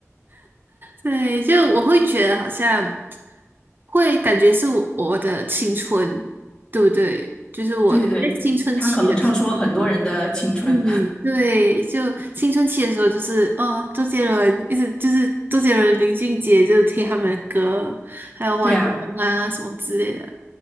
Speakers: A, on the right (about 40°); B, on the left (about 15°).
A: 对，就我会觉得好像会感觉是我我的青春，对不对？就是我在青春期的时候。
B: <laughs> 对对对，他可能唱出了很多人的青春。
A: 嗯，对，就青春期的时候，就是哦，周杰伦一直就是周杰伦、林俊杰，就是听他们的歌，还有王力宏啊什么之类的。
B: <laughs> 对啊，